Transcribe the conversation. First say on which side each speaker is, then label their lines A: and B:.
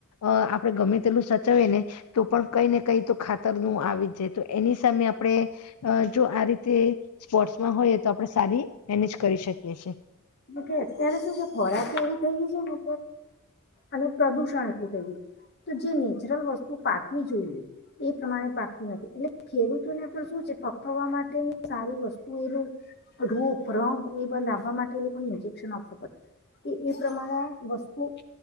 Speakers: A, on the left (about 85°); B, on the left (about 50°).
A: આપણે ગમે તેટલું સાચવીએ ને તો પણ કઈ ને કઈ તો ખાતર નું આવી જ જાય તો એની સામે આપણે જો આ રીતે સ્પોર્ટસમાં હોઈએ તો આપણે સારી મેનેજ કરી શકીએ છીએ
B: અત્યારે શું છે ખોરાક એવી થઈ ગઈ છે ને અને પ્રદુષણ એટલું થઈ ગયુ તો જે નેચરલ વસ્તુ પાકવી જોઈએ એ પ્રમાણે પાકતી નથી એટલે ખેડૂતોને પણ શું છે પકવવા માટેની સારી વસ્તુ એનું રૂપ રંગ એ લાવવા માટે ઈન્જેક્શન આપવુ પડે એ પ્રમાણે વસ્તુ